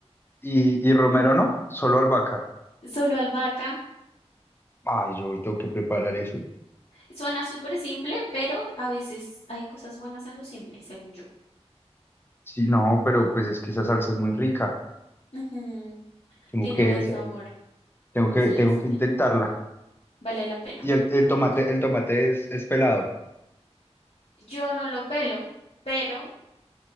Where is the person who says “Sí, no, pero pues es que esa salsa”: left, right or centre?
Left